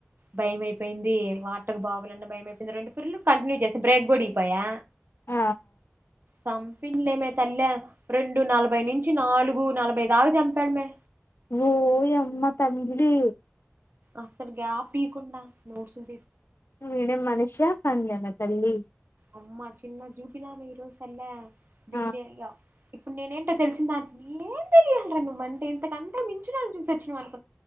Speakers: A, on the right (about 55°); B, on the left (about 65°).
A: భయ అయిపోయింది వాటకు బావాలన్నా భయయిపో రెండు పిర్లు కంటిన్యూ చేస్త బ్రేక్ కూడాడిగిపోయా
B: ఆ
A: చంపిందిలేమే తల్లి రెండు నలభై నుంచి నాలుగు నలభై దాకా చంపాడుమే
B: ఓ అమ్మా తంగలి
A: అసలు గ్యాప్కుండా నూర్ చ
B: ఇడ మనుష్య పజన తల్లి
A: అమ్మా చిన్న జూపిలామె రోస్ల్ల బీడి
B: ఆ
A: అయ్య ఇప్పుడు నేనేంటో తెలిసిన దానికి ఏం తెలియలరా నువ్వ అంటే ఇంతకంటే మించు వాలని చూసి వచ్చిన మనకు